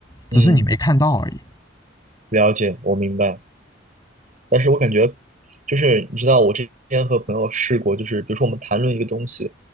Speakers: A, on the left; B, on the right.
A: 只是你没看到而已。
B: 嗯，了解，我明白。但是我感觉，就是你知道，我之前和朋友试过，就是比如说我们谈论一个东西，